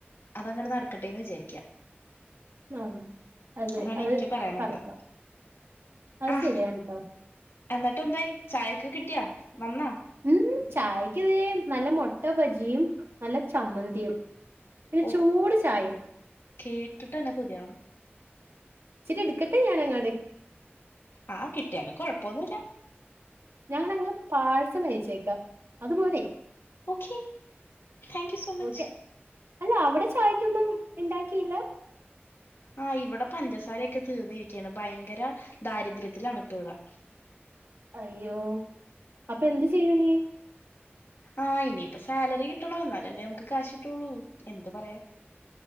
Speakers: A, on the left; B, on the right.
A: അതങ്ങട് നടക്കട്ടെ എന്ന് വിചാരിക്ക
B: ആഹ് അതെ
A: അതാണ്
B: അത്
A: എനിക്ക് പറയാനുള്ളത്
B: കറക്റ്റാ അത്
A: ആഹ്
B: ശരിയാണ് ട്ടോ
A: എന്നിട്ട് എന്തായി ചായൊക്കെ കിട്ടിയാ വന്നാ
B: ഉം ചായക്ക് വേ നല്ല മൊട്ട ബജിയും നല്ല ചമ്മന്തിയും പിന്നെ
A: ഓ
B: ചൂട് ചായയും
A: കേട്ടിട്ട് തന്നെ കൊതിയാവണു
B: ഇച്ചിരി എടുക്കട്ടെ ഞാൻ അങ്ങാട്
A: ആ കിട്ടിയാല് കൊഴപ്പമൊന്നുല്ല
B: ഞാാനങ്ങ് പാഴ്സൽ അയച്ചേക്കാം അതുപോരെ
A: okay thank you so much
B: okay അല്ല അവിടെ ചായക്കൊന്നും ഇണ്ടാക്കിയില്ല
A: ആഹ് ഇവിടെ പഞ്ചസാരയൊക്കെ തീർന്നിരിക്കയാണ് ഭയങ്കര ദാരിദ്ര്യത്തിലാണിപ്പ ഇവിടെ
B: അയ്യോ അപ്പൊ എന്ത് ചെയ്യു ഇനി
A: ആഹ് ഇനിയിപ്പ സാലറി കിട്ടണം എന്നാലല്ലേ നമുക്ക് കാശ് കിട്ടുള്ളൂ എന്ത് പറയാൻ